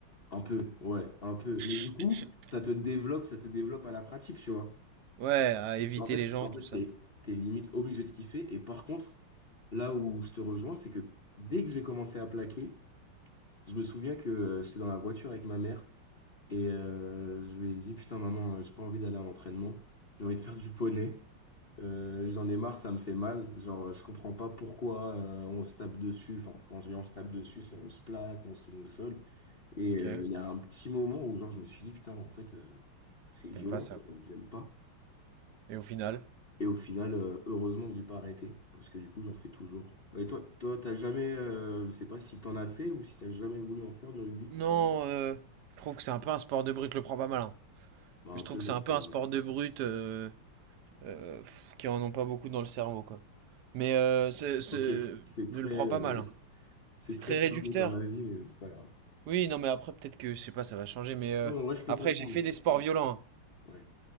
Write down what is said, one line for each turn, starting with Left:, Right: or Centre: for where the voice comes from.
Left: Un peu, ouais, un peu. Mais du
Right: <laughs>
Left: coup, ça te développe, ça te développe à la pratique, tu vois.
Right: Ouais, à éviter
Left: En fait,
Right: les gens,
Left: en
Right: tout
Left: fait,
Right: ça.
Left: t'es, t'es limite obligé de kiffer. Et par contre, là où je te rejoins, c'est que dès que j'ai commencé à plaquer, Je me souviens que euh, j'étais dans la voiture avec ma mère et euh, je lui ai dit, putain maman, euh, j'ai pas envie d'aller en entraînement, j'ai envie de faire du poney. Euh, j'en ai marre, ça me fait mal. Genre, euh, je comprends pas pourquoi euh, on se tape dessus. Enfin, quand je dis on se tape dessus, c'est on se plaque, on se met au sol. Et
Right: Ok.
Left: euh, il y a un petit moment où genre je me suis dit, putain, en fait, euh, c'est violent,
Right: T'aimes pas ça.
Left: quoi,
Right: quoi.
Left: j'aime pas.
Right: Et au final,
Left: Et au final, euh, heureusement que j'ai pas arrêté, parce que du coup, j'en fais toujours. Et toi, toi, t'as jamais, euh, je sais pas si t'en as fait ou si t'as jamais voulu en faire du rugby.
Right: Non, euh, je trouve que c'est un peu un sport de brute le prends pas mal. hein.
Left: Bah, un
Right: Je trouve
Left: peu,
Right: que
Left: mais
Right: c'est un
Left: c'est
Right: peu
Left: pas
Right: un
Left: grave.
Right: sport de brute euh, euh, pff, qui en ont pas beaucoup dans le cerveau, quoi. Mais euh, c'est, c'est-
Left: Ok, <laughs> c'est
Right: ne
Left: très,
Right: le prends
Left: euh,
Right: pas mal. hein.
Left: c'est
Right: C'est
Left: très
Right: très
Left: fermé
Right: réducteur.
Left: comme avis, mais c'est pas grave.
Right: Oui, non, mais après, peut-être que, je sais pas, ça va changer. Mais euh,
Left: Non, en vrai, je peux
Right: après,
Left: comprendre.
Right: j'ai fait des sports violents. hein.
Left: Ouais.